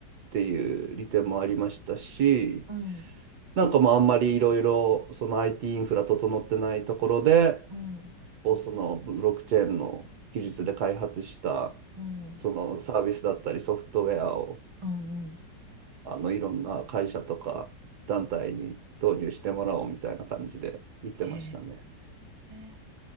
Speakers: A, on the right (about 70°); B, on the right (about 25°).
A: ていう利点もありましたし、
B: うん、
A: なんかまああんまりいろいろその IT イティーインフラ整ってないところで、
B: うん、
A: こうそのブロックチェーンの技術で開発したそのサービスだったりソフトウェアを
B: うん、うん、うん、
A: あのいろんな会社とか団体に導入してもらおうみたいな感じで言ってましたね。
B: へえ、